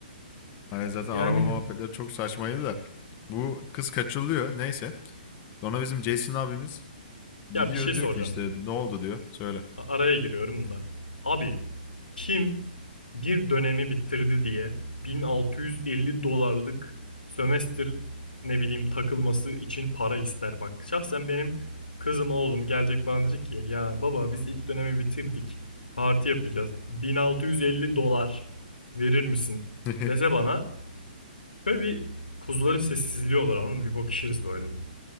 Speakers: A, on the left; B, on the left.
A: Hani zaten
B: Yani
A: araba muhabbetleri çok saçmaydı da. Bu kız kaçırılıyor neyse. Sonra bizim Jason abimiz
B: ya
A: gidiyor
B: bir şey
A: diyor
B: soracağım.
A: ki işte ne oldu diyor söyle.
B: Araya giriyorum da. Abi kim bir dönemi bitirdi diye 1650 dolarlık sömestr ne bileyim takılması için para ister bak. Şahsen benim kızım oğlum gelecek bana diyecek ki ya baba biz ilk dönemi bitirdik parti yapacağız 1650 dolar verir misin
A: <laughs>
B: dese bana böyle bir kuzuların sessizliği olur anladın mı? Bir bakışırız böyle bir